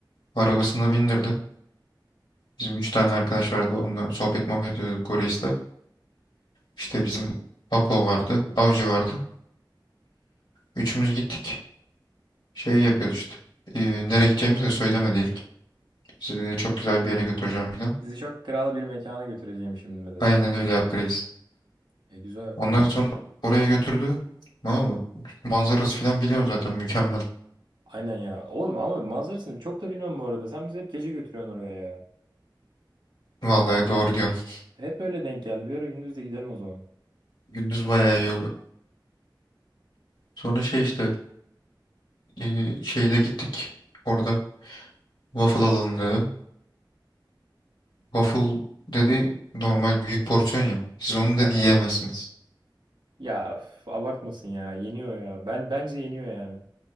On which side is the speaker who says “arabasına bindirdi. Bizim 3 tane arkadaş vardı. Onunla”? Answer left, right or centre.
Left